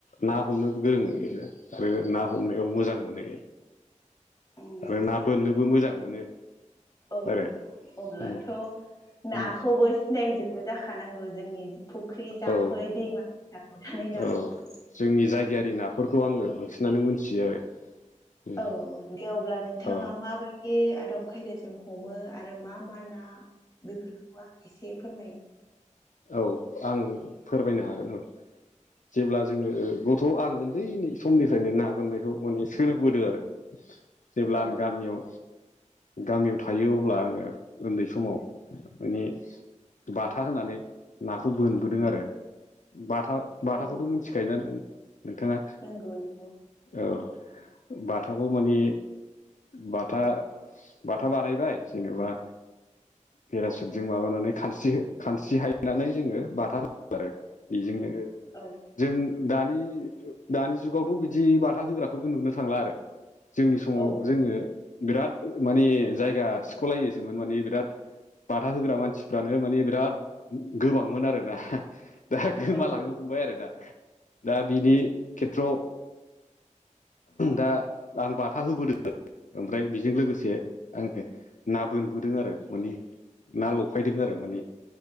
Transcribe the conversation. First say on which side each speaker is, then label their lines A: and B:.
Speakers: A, on the left; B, on the left.
A: ना हमनोबो गोरोंङनो आरो ना हमनायाव मोजां मोनो।
B: उम
A: आरो ना बोननोबो मोजां मोनो।
B: औ
A: आरो
B: अब्लाथ'
A: उम
B: नाखौबो
A: उम
B: सिनायजोब बो जाखानांगौ जोंनि फुख्रि जाम्फै
A: औ
B: दैमाानै नाफोरखौ।
A: औ जोंनि जायगायारि नाफोरखौ आङो बांसिनानो मोनथियो आरो। उम
B: औ दे अब्ला नोंथाङा
A: औ
B: माबायदि आदब खायदाजों हमो आरो मा मा ना बेफोरखौ आं एसे फोरमाय
A: औ आं फोरमायनो हागोन औ। जेब्ला जोङो गथ' आं उन्दै समनिफ्रायनो ना बोननायखौ माने सोलोंबोदों आरो। जेब्ला
B: औ
A: आं गामियाव गामियाव थायो अब्ला आङो उन्दै समाव माने बाथा होनानै नाखौ बोनबोदों आरो बाथा बाथाखौथ'
B: औ
A: मोनथिखायोोना नोंथाङा?
B: नंगौ नंगौ
A: औ बाथाखौ मानि बाथा बाथा बानायायबाय जेनेबा पेरासुटजों माबानानै खान खानसिहायो नानै जोङो बाथा हो आरो बेजोंनो
B: औ
A: जों दानि दानि जुगावथ' बिदि बाथा होग्राफोरखौ नुनो थांला आरो जोंनि समाव
B: औ
A: जोङो बिराद माने जायगा सख'लायोसोमोन माने बिराद बाथा होग्रा मानसिफ्रानो माने बिराद गोबांमोन आरोना दा गोमालांनो
B: औ
A: हमबाय आरोना दा बिनि
B: औ
A: खेथ्रआव दा आं बाथा होबोदों ओमफ्राय बेजों लोगोसे आङो ना बोनबोदों आरो माने ना लफायदों आरो माने